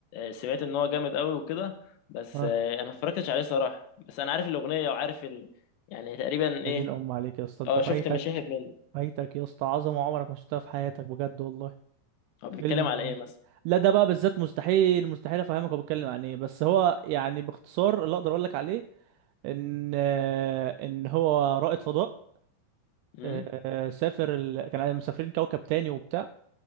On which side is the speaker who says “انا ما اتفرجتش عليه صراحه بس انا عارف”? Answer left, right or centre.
Left